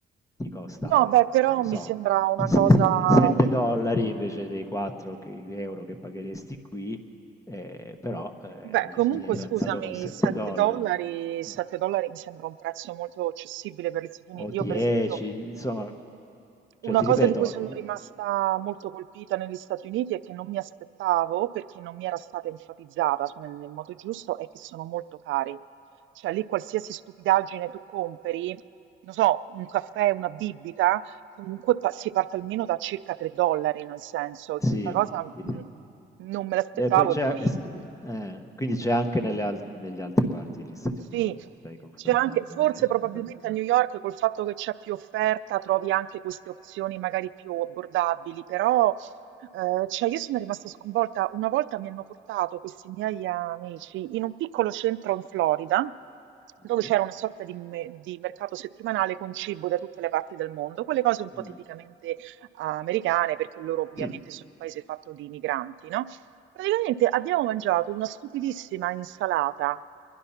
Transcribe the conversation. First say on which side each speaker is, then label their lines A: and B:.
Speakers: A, on the left (about 15°); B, on the right (about 75°).
A: ti costa,
B: No, beh, però
A: che ne
B: mi
A: so,
B: sembra una
A: se-
B: cosa...
A: se- 7
B: mh,
A: dollari invece dei 4 che- euro che pagheresti qui, eh, però eh,
B: Beh,
A: alla
B: comunque
A: fine hai
B: scusami,
A: pranzato con 7
B: 7
A: dollari
B: dollari, 7
A: mm,
B: dollari mi sembra un prezzo molto accessibile per gli Stati Uniti.
A: o 10,
B: Io, per esempio,
A: insomma,
B: Una
A: cioè ti
B: cosa
A: ripeto,
B: di cui sono
A: mm,
B: rimasta molto colpita negli Stati Uniti e che non mi aspettavo, perché non mi era stata enfatizzata, insomma, nel modo giusto, è che sono molto cari. Cioè lì qualsiasi stupidaggine tu compri, non so, un caffè, una bibita, comunque pa- si parte almeno da circa 3 dollari, nel senso, e
A: sì,
B: questa cosa mh,
A: sì, sì.
B: non me l'aspettavo
A: Beh, poi c'è
B: e poi
A: e s eh, quindi c'è anche nelle alt negli altre parti degli Stati
B: Sì,
A: Uniti, mi stai confermando,
B: c'è anche, forse
A: non è solo
B: probabilmente
A: una cosa di là.
B: a New York col fatto che c'è più offerta trovi anche queste opzioni magari più abbordabili, però eh, cioè io sono rimasta sconvolta. Una volta mi hanno portato questi miei amici in un piccolo centro in Florida dove
A: Mh-mh.
B: c'era una sorta di, me- di mercato settimanale con cibo da tutte le parti del mondo, quelle cose un po'
A: Mh.
B: tipicamente eh, americane perché loro ovviamente
A: Sì,
B: sono un paese fatto di migranti, no? Praticamente abbiamo mangiato una stupidissima insalata